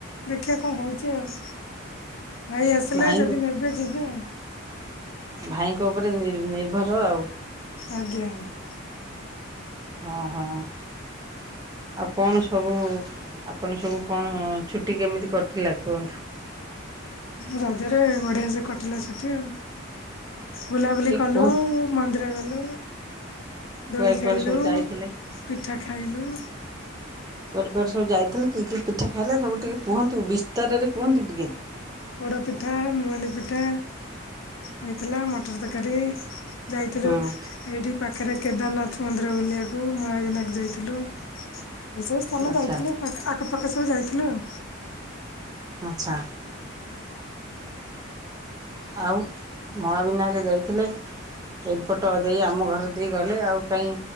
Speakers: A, on the left; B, on the right.
A: ଦେଖିବା କଣ ହଉଛି ଆଉ। ଭାଇ ଆସିଲେ
B: ଭାଇଙ୍କୁ
A: ଯଦି ନେବେ ଯିବି ଆଉ।
B: ଭାଇଙ୍କ ଉପରେ ନିର ନିର୍ଭର ଆଉ।
A: ଆଜ୍ଞ ଆଜ୍ଞା।
B: ହଁ ହଁ। ଆଉ କଣ ସବୁ ଆପଣ ସବୁ କଣ ଛୁଟି କେମିତି କଟିଲା କୁହନ୍ତୁ।
A: ରଜରେ ବଢିଆ ସେ କଟିଲା ଛୁଟି ଆଉ ବୁଲାବୁଲି
B: ଟିକେ
A: କଲୁ।
B: କୁହନ୍ତୁ
A: ମନ୍ଦିର ଗଲୁ
B: କୁଆଡେ
A: ଦୋଳି
B: କୁଆଡେ
A: ଖେଳିଲୁ
B: ସବୁ ଯାଇଥିଲେ?
A: ପିଠା ଖାଇଲୁ।
B: କୁଆଡ଼େ କୁଆଡ଼େ ସବୁଯାଇଥିଲ କି କି ପିଠା ଖାଇଲା ସବୁ ଟିକେ କୁହନ୍ତୁ ବିସ୍ତାରରେ କୁହନ୍ତୁ ଟିକେ।
A: ପୋଡ଼ ପିଠା ମୁଆଁଡି ପିଠା ହେଇଥିଲା ମଟର ତରକାରୀ। ଯାଇଥିଲୁ
B: ହଁ
A: ଏଇଠି। ପାଖରେ କେଦାରନାଥ ମନ୍ଦିର ବୁଲିବାକୁ ମହାବିିନାୟକ ଯାଇଥିଲୁ। ଏସବୁ ସ୍ଥାନ
B: ଆଚ୍ଛା
A: ଯାଇଥିଲୁ ଆଖପାଖ ସବୁ ଯାଇଥିଲୁ ଆଉ।
B: ଆଚ୍ଛା। ଆଉ ମହାବିନାୟକ ଯାଇଥିଲେ। ଏପଟ ଦେଇ ଆମ ଘରେ ଦେଇ ଗଲେ ଆଉ କାଇଁ।